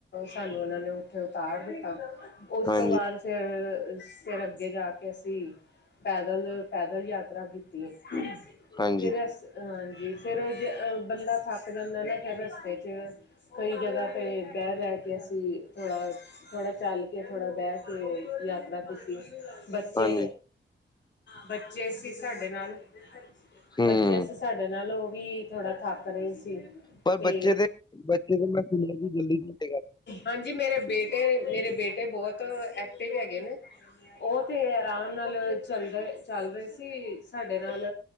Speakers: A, on the left; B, on the left.
A: ਸਾਨੂੰ ਉਹਨਾ ਨੇ ਉੱਥੇ ਉਤਾਰ ਦਿੱਤਾ ਉਸ
B: ਹਾਂਜੀ
A: ਤੋਂ ਬਾਅਦ ਫਿਰ ਫਿਰ ਅੱਗੇ ਜਾ ਕੇ ਅਸੀ ਪੈਦਲ ਪੈਦਲ ਯਾਤਰਾ ਕੀਤੀ,
B: ਹਾਂਜੀ
A: ਫਿਰ ਅ ਹਾਂਜੀ ਫਿਰ ਜ ਅਹ ਬੰਦਾ ਥੱਕ ਜਾਂਦਾ ਨਾ ਫਿਰ ਰਸਤੇ ਚ ਕਈ ਜਗ੍ਹਾ ਤੇ ਬਹਿ ਬਹਿ ਕੇ ਅਸੀਂ ਥੋੜ੍ਹਾ ਥੋੜਾ ਚੱਲ ਕੇ ਥੋੜਾ ਬਹਿ ਕੇ ਯਾਤਰਾ ਤੁਸੀ ਬੱਚੇ
B: ਹਾਂਜੀ
A: ਬੱਚੇ ਸੀ ਸਾਡੇ ਨਾਲ
B: ਹਮ
A: ਬੱਚੇ ਅਸੀ ਸਾਡੇ ਨਾਲ ਉਹ ਵੀ ਥੋੜਾ ਥੱਕ ਰਹੇ ਸੀ
B: ਪਰ
A: ਤੇ
B: ਬੱਚੇ ਦੇ ਬੱਚੇ ਦੇ ਮੈਂ ਸੁਣਿਆ ਕਿ ਜਲਦੀ
A: ਹਾਂਜੀ ਮੇਰੇ ਬੇਟੇ ਮੇਰੇ ਬੇਟੇ ਬਹੁਤ ਐਕਟਿਵ ਹੈਗੇ ਨੇ ਉਹ ਤੇ ਆਰਾਮ ਨਾਲ ਚੱਲ ਰ ਚੱਲ ਰਹੇ ਸੀ ਸਾਡੇ ਨਾਲ